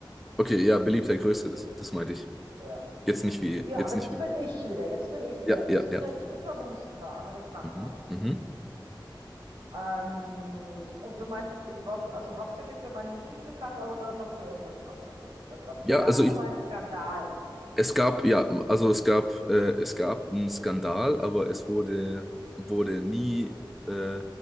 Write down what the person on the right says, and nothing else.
Genau.
Ja.
Ja,
aber
jetzt
bin ich wieder, jetzt bin ich wieder.
Ich bin
ein toter Musiker, Amerikaner.
Ähm, und du meintest, ich war also hauptsächlich für meine Musik bekannt, aber dann noch für irgendwas anderes. Da gab
es
da mal einen Skandal mit
mir.